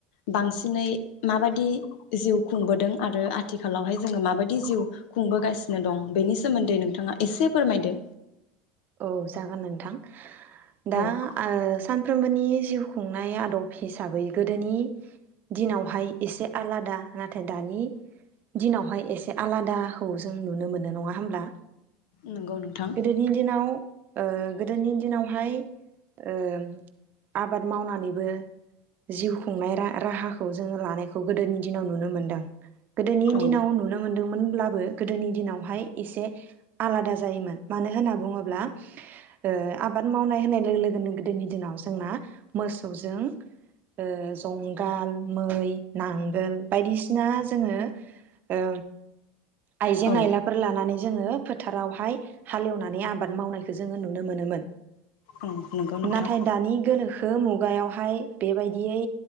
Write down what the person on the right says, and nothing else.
औ जागोन नोंथां दा
ओ सान फ्रोमबोनि जिउ खुंनाय आदब हिसाबै गोदोनि दिनावहाय एसे आलादा नाथाय दानि दिनावहाय एसे आलादाखौ जों नुनो मोनो नङा होमब्ला
गोदोनि दिनाव ओ गोदोनि दिनावहाय ओ आबाद मावनानैबो जिउ खुंनाय रा राहाखौ जोङो लानायखौ गोदोनि दिनाव नुनो मोनदों गोदोनि
दिनाव नुनो मोनो दोंमोनब्लाबो गोदोनि दिनावहाय एसे आलादा जायोमोन मानो होनो बुङोब्ला ओ आबाद मावनाय होननाय लोगो लोगोनो गोदोनि दिनाव जोंना मोसौजों ओ जुंगाल मै नांगोल बायदिसिना जोङो ओ आइजें
आयलाफोर लानानै जोङो फोथारावहाय हालेवनानै आबाद मावनायखौ जोङो नुनो मोनोमोन
नाथाय दानि गोनोखो खो मुगायावहाय बेबायदियै